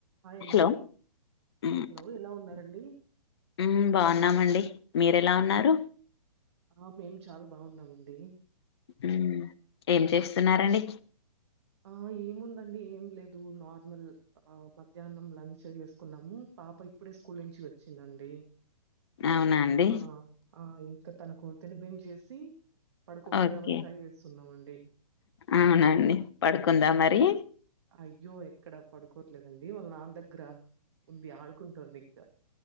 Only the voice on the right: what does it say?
హాయ్ అండి.
Hello! ఎలా ఉన్నారండి?
ఆ మేము చాలా బాగున్నామండి.
ఆ ఏముందండి ఏం లేదు, నార్మల్ ఆ మధ్యాహ్నం లంచ్ వేసుకున్నం. పాప ఇప్పుడే స్కూల్ నుంచి వచ్చిందండి.
ఆ ఆ ఇంకా తనకు తినిపించేసి పడుకోబెట్టేదామని
ట్రై చేస్తున్నామండి
అయ్యో ఎక్కడ పడుకోవట్లేదండి వాళ్ళ నాన్న దగ్గర ఉంది ఆడుకుంటుంది ఇంకా